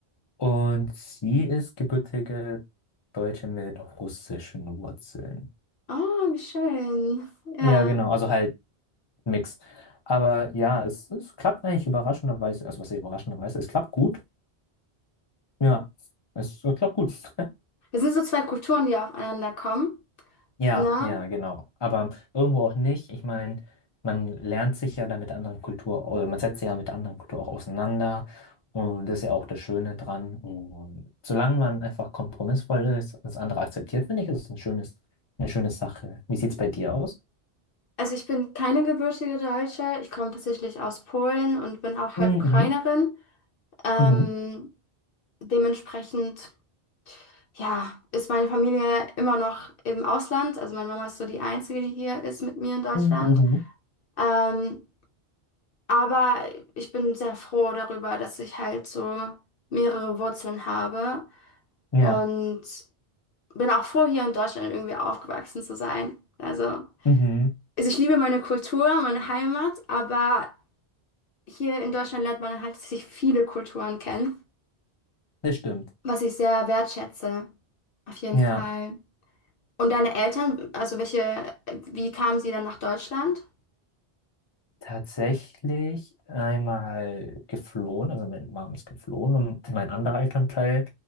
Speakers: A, on the left; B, on the left.
A: Und sie ist gebürtige Deutsche mit russischen Wurzeln.
B: Oh, wie schön. Ja.
A: Ja, genau, also halt Mix. Aber ja, es, es klappt eigentlich überraschenderweise, also was heißt überraschenderweise, es klappt gut. Ja, es, es klappt gut. <laughs>
B: Das sind so zwei Kulturen, die aufeinander kommen.
A: Ja,
B: Ne?
A: ja, genau. Aber irgendwo auch nicht. Ich meine, man lernt sich ja da mit anderen Kultur oder man setzt sich ja mit anderen Kultur auch auseinander. Und das ist ja auch das Schöne dran. Und solange man einfach kompromissvoll ist und das andere akzeptiert, finde ich, ist es ein schönes, eine schöne Sache. Wie sieht es bei dir aus?
B: Also ich bin keine gebürtige Deutsche. Ich komme tatsächlich aus Polen und bin auch
A: Mhm,
B: halb Ukrainerin. Ähm,
A: mhm,
B: dementsprechend. ja, ist meine Familie immer noch im Ausland. Also meine Mama ist so die Einzige, die hier ist mit mir in Deutschland.
A: mhm, mhm.
B: Ähm, aber ich bin sehr froh darüber, dass ich halt so mehrere Wurzeln habe
A: Ja,
B: und bin auch froh, hier in Deutschland irgendwie aufgewachsen zu sein. Also, also
A: mhm,
B: ich liebe meine Kultur, meine Heimat, aber hier in Deutschland lernt man halt sich viele Kulturen kennen,
A: das stimmt.
B: was ich sehr wertschätze. Auf jeden
A: Ja,
B: Fall. Und deine Eltern, also welche, wie kamen sie dann nach Deutschland?
A: tatsächlich einmal geflohen, also meine Mom ist geflohen und mein anderer Elternteil